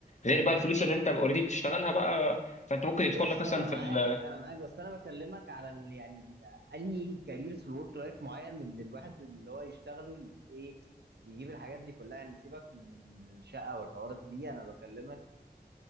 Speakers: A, on the left; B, on the right.
A: غير بقى الفلوس اللي انت اوريدي بتشتغلها بقى فانت ممكن
B: يا
A: يدخل
B: اسطى
A: لك مثلا
B: انا
A: في
B: معاك
A: ال-
B: انا معاك بس انا بكلمك على ال يعني ال انهي كارير في الورك لايف معين اللي الواحد اللي هو يشتغله يجيب ايه يجيب الحاجات دي كلها يعني سيبك من ال- من الشقه والحوارات دي انا بكلمك